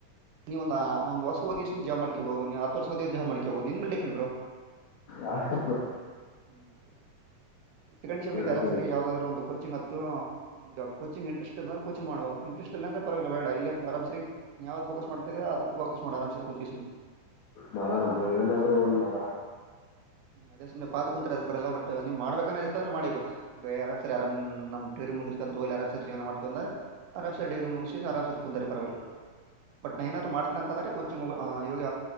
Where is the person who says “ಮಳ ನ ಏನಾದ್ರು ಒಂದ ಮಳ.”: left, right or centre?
Left